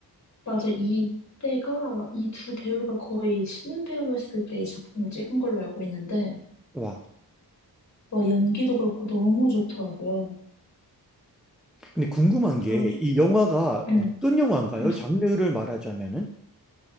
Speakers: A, on the left; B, in the centre.
A: 맞아. 이때가 이 두 배우가 거의 신인 배우였을 때 이 작품을 찍은 걸로 알고 있는데
B: 와.
A: 와 연기도 그렇고 너무 좋더라고요.
B: 근데 궁금한
A: 그래가지고
B: 게 이 영화가
A: 응.
B: 어떤 영화인가요?
A: 응.
B: 장르를 말하자면은?